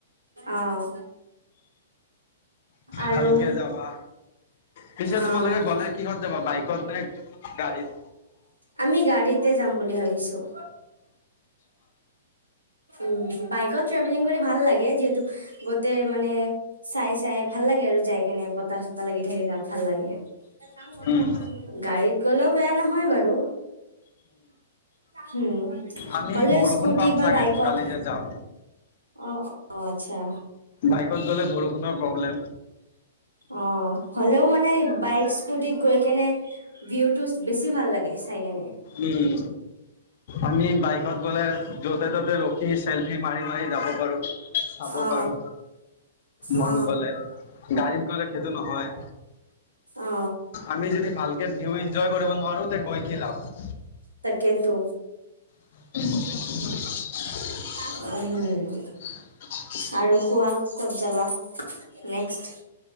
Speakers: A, on the right; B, on the left.
A: অ'। আৰু
B: ভালকে যাবা পিছে
A: অ',
B: তোমালোকে গ'লে কিহত যাবা? বাইকত নে গাড়ীত
A: আমি গাড়ীতে যাম বুলি ভাবিছোঁ। উম। বাইকত ট্ৰেভেলিং কৰি ভাল লাগে, যিহেতু গোটেই মানে চাই, চাই ভাল লাগে, আৰু যাই কেনে বতাহ-চতাহ লাগি থাকে গাত, ভাল লাগে। <unintelligible>
B: উম,
A: গাড়ীত গ'লেও বেয়া নহয় বাৰু, হুম
B: আমি
A: হ'লেও
B: বৰষুণ
A: স্কুটি
B: পাম
A: বা
B: চাগে
A: বাইকত,
B: কালি যে যাম
A: অ', অ' আচ্ছা
B: বাইকত গ'লে বৰষুণৰ প্ৰব্লেম
A: অ' হ'লেও মানে বাইকচ স্কুটিত গৈ কেনে, ভিউটোচ বেছি ভাল লাগে। চাই কেনে
B: উম, আমি বাইকত গ'লে য'তে-ত'তে ৰখি চেল উঠি মাৰি, মাৰি যাব পাৰো, চাব
A: অ
B: পাৰো মন
A: অ
B: গ'লে, গাড়ীত গ'লে সেইটো নহয়,
A: অ
B: আমি যদি ভালকে ভিউ এঞ্জয় কৰিব নোৱাৰো তে গৈ কি লাভ?
A: তাকেতো।
B: <unintelligible>
A: উহুম।
B: <unintelligible>
A: আৰু কোৱা, ক'ত যাবা নেক্সট।